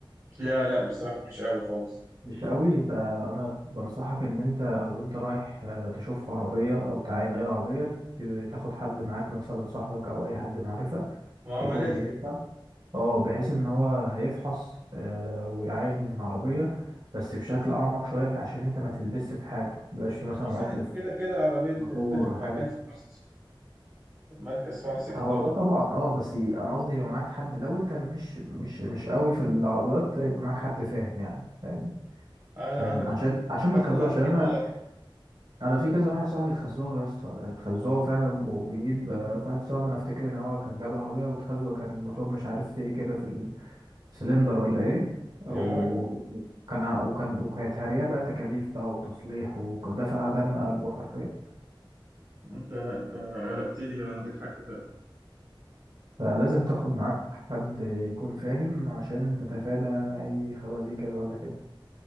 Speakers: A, on the right; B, on the right.
A: لا لا بصراحه مش قوي خالص
B: مش قوي يبقى انا بنصحك ان انت وانت رايح اه، تشوف عربية او تعاين اي عربية ت- تاخد حد معاك مثلا صاحبك او اي حد معرفة
A: ما
B: يكون
A: ما لازم
B: بيفهم اه بحيث ان هو هيفحص آه، ويعاين من العربية بس بشكل اعمق شوية بح- عشان انت ما تلبسش في حاجة مبقاش في مثلا
A: بص
B: عطل
A: احنا
B: في
A: كده كده العربيه دي
B: موتور
A: تتاخد
B: حاجة
A: مكان فحص مركز فحص كده
B: هو ده طبعا اه بس ي- انا قصدي يبقى معاك حد لو انت مش مش مش قوي في العربيات يبقى معاك حد فاهم يعني فاهم
A: اه
B: عشان
A: لا عندك
B: عشان
A: حق
B: عشان ما
A: حتى
B: تخزوها
A: النظره
B: عشان انا
A: الاولى اه
B: انا في كذا واحد صاحبي اتخزوها يا اسطى اتخزوها فعلا وبيجيب آه، في واحد صاحبي انا افتكر ان هو كان جاب عربيه واتخزوه كان الموتور مش عارف في ايه كده في سلندر ولا ايه و-
A: يا راجل
B: وكان وكان وكانت هارية بقى تكاليف بقى وتصليح ودفع دم قلبه حرفيا
A: انت لا انت قلقتني بقى عندك حق فعلا
B: فلازم تاخد معاك حد يكون فاهم عشان تتفادى يعني اي خوازيق كده ولا كده